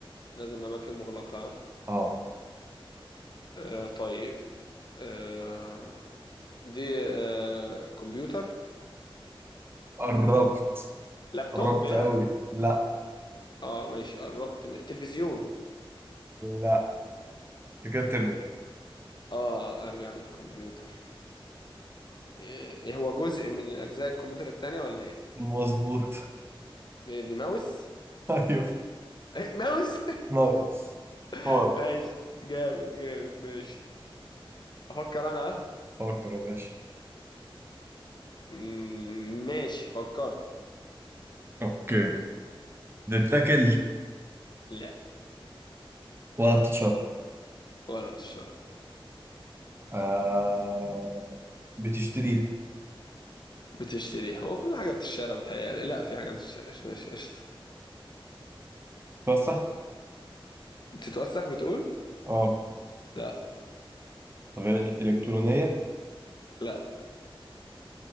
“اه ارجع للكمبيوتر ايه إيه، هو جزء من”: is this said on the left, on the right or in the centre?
Left